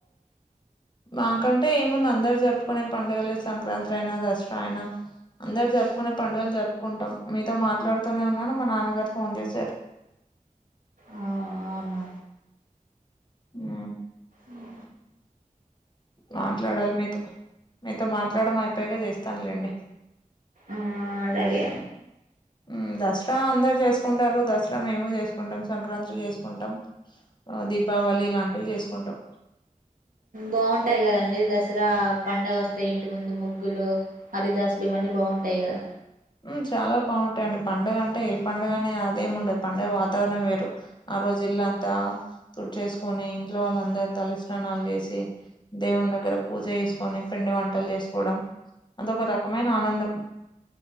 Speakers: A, on the left; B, on the right.
A: మాకంటే ఏముంది అందరు జెప్పుకునే పండుగల ఎ సంక్రాంతి అయినా దసరా అయనా అందరు జరుపుకునే పండుగలు జరుపుకుంటాం మీతో మాట్లాడుతూనే ఉన్నాను మా నాన్నగారు ఫోన్ చేశారు
B: ఆ అవునా
A: మ్
B: ఉ
A: మాట్లాడాలి మీతో మీతో మాట్లాడం అయిపోయాక చేస్తానులేండి
B: ఆ అదగే
A: మ్ దసరా అందరు చేసుకుంటారు దసరా మేము చేసుకుంటాం సంక్రాంతి చేసుకుంటాం అ దీపావళి ఇలాంటివి చేసుకుంటాం
B: బాగుంటాయి కదండి దసరా పండగ వస్తాయి ఇంటి ముందు ముగ్గులు హరిదాసపు లు ఇవన్నీ బావుంటాయి కదా
A: మ్ చాలా పావుంటాయండి పండగ అంటే ఏ పండుగ అని అది ఎం ఉండదు పండగ వా వాతావరణం వేరు ఆ రోజు ఇల్ల అంతా తోట్ చేస్కోని ఇంట్లో వాళ్ళందర్ తల స్నానాల్ చేసి దేవున్ దగ్గర పూజ చేసుకొని పిండి వంటల్ చేస్కోడం అదొక రకమైన ఆనందం.